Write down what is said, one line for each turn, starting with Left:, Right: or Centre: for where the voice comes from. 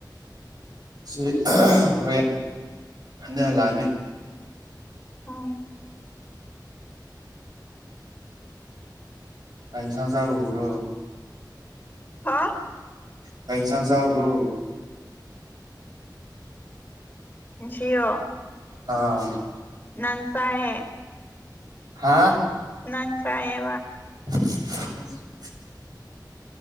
Right: ꯑꯁꯤ ꯍꯣꯔꯦꯟ ꯍꯟꯗꯤ ꯍꯜꯂꯛꯑꯅꯤ
Left: ꯎꯝ
Right: ꯀꯩꯁꯥꯡꯟ ꯆꯔ ꯍꯕ꯭ꯔꯣ
Left: ꯍꯥ
Right: ꯇꯪ ꯁꯪ ꯆꯕꯕꯨ
Left: ꯏꯁꯤꯌꯣ
Right: ꯑꯥ
Left: ꯅꯪꯁꯍꯦ
Right: ꯍꯥꯥ
Left: ꯅꯪ ꯁꯥꯌꯦ
Right: ꯎꯝ